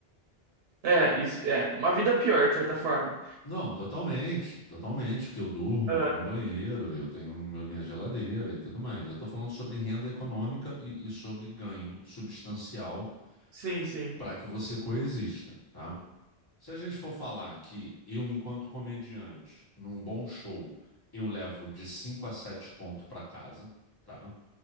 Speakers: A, on the right; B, on the left.
A: É, isso, é. Uma vida pior, de certa forma.
B: Não, totalmente, totalmente, que eu durmo,
A: Aham.
B: eu vou no banheiro, eu tenho meu- minha geladeira e tudo mais. Eu estou falando sobre renda econômica e, e sobre ganho substancial
A: Sim, sim.
B: para que você coexista, tá? Se a gente for falar que eu, enquanto comediante, num bom show, eu levo de 5 a 7 conto para casa, tá?